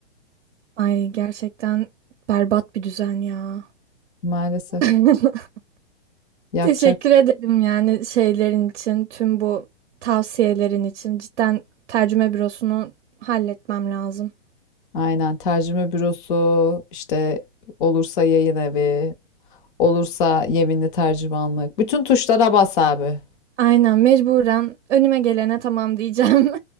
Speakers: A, on the right (about 70°); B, on the left (about 45°).
A: Ay gerçekten berbat bir düzen ya.
B: Maalesef
A: <laughs>
B: yapacak
A: Teşekkür ederim yani şeylerin için, tüm bu tavsiyelerin için. Cidden tercüme bürosunu halletmem lazım.
B: Aynen tercüme bürosu işte olursa yayın evi olursa yeminli tercümanlık bütün tuşlara bas abi.
A: Aynen mecburen önüme gelene tamam diyeceğim